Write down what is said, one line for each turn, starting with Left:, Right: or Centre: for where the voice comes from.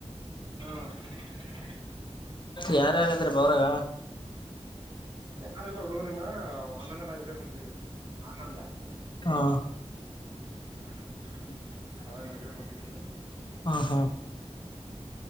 Right: ಹಾ
Left: ಯಾರ ಯಾರಾದ್ರ ಬ್ರಗ
Right: ಯಾರೆಲ್ಲ ಹುಡುಗರಿಲ್ಲ ಆನಂದ ನ ಇಬ್ರೇಕ್ ಹೊಂತಿದೀವಿ ಆನಂದ
Left: ಹಾ
Right: ಹ್ಮ
Left: <inaudible>
Right: ಹ ನಗ್ರ ಹೊಂಂತಿದ್ದದು
Left: ಹಾ ಹಾ